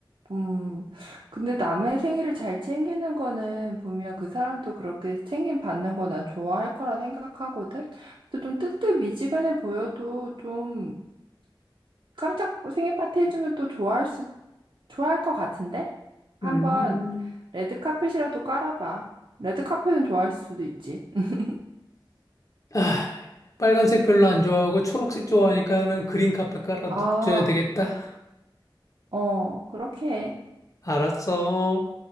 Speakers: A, on the right; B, on the left.
A: 음, 근데 남의 생일을 잘 챙기는 거는 분명 그 사람도 그렇게 챙김 받는 거 난 좋아할 거라 생각하거든? 근데 좀 뜨뜻미지근해 보여도 좀 깜짝 생일 파티 해주면 또 좋아할 수, 좋아할 것 같은데? 한번
B: 음,
A: 레드 카펫이라도 깔아봐. 레드 카펫은 좋아할 수도 있지. 음.
B: 아, 빨간색 별로 안 좋아하고 초록색 좋아하니까는 그린 카펫 깔아줘야
A: 아,
B: 되겠다.
A: 어, 그렇게 해.
B: 알았어.